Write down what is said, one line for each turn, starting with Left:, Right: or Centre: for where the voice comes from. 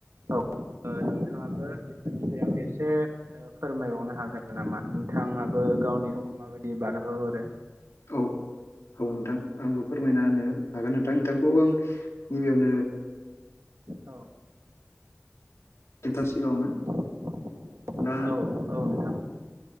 Right: औ नोंथाङाबो बेफोर एसे फोरमाय बावनो हागोन नामा नोंथाङाबो गावनि समखौ माबायदि बारहोहरो?
Left: औ औ नोंथां आंबो फोरमायना होनो हागोन नोंथां नोंथांखौ आं गिबियावनो
Right: औ
Left: नोंथां
Right: औ
Left: सिगाङावनो
Right: औ
Left: दा
Right: नोंथां।